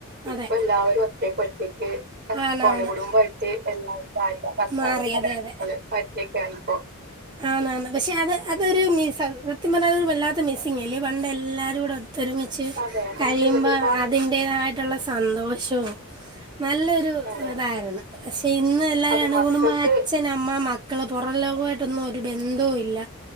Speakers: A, on the right; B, on the right.
A: ഇപ്പൊ
B: അതെ
A: എല്ലാവരും ഒറ്റക്കൊറ്റക്ക് <unintelligible>
B: ആണ്
A: കോണികുടുംബമായിട്ട്
B: ആണ്
A: എല്ലാവരും ഭാര്യ, ഭർത്താവ്,
B: മാറി
A: ഒര് മകന്
B: അതെ അതെ
A: ഓല് <unintelligible> ലട്ടായിപ്പോ
B: ആന്നാന്ന് പക്ഷെ അത് അതൊരു മീസ - ത്യം പറഞ്ഞ അത് ഒരു വല്ലാത്ത മിസ്സി അല്ലേ പണ്ട് എല്ലാരും കൂടെ ഒത്തൊരുമിച്ച്
A: അതെ നമുക്ക്
B: കരിയുമ്പോ
A: ഒരുപാട്
B: അതി ൻ്റെ തായിട്ടുള്ള സന്തോഷവും നല്ല ഒരു
A: അതെ
B: ഇതായിരുന്നു പക്ഷെ ഇന്ന് എല്ലാരും
A: അത്
B: അണുകുടുംബയിട്
A: മക്കൾക്ക്
B: അച്ഛന അമ്മ മക്കള് പുറം ലോകമായി ട്ട്ന്നും ഒരു ബന്ധവും ഇല്ല